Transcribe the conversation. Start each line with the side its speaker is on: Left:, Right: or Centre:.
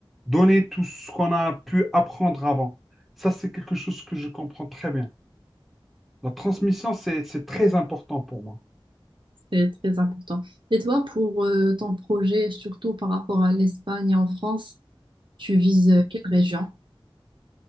Centre: donner tout ce qu'on a pu apprendre avant. Ça, c'est quelque chose que je comprends très bien. La transmission, c'est c'est très important pour moi.
Right: c'est très important. Et toi, pour euh, ton projet, surtout par rapport à l'Espagne et en France, tu vises euh, quelle région?